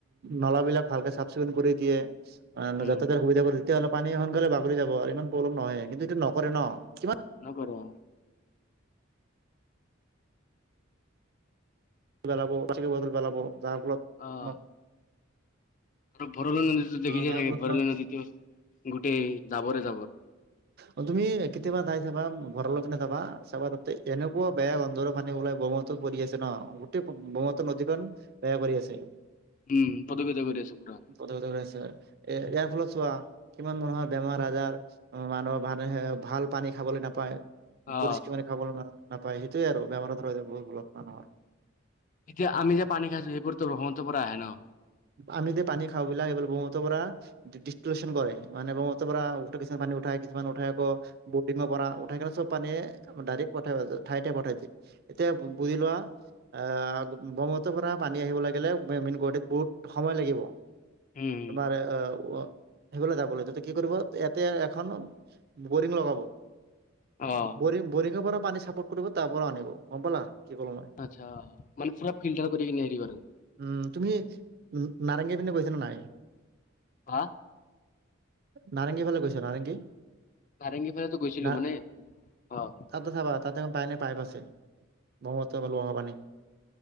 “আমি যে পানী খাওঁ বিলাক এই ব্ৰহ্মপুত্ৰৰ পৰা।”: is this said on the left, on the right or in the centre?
Right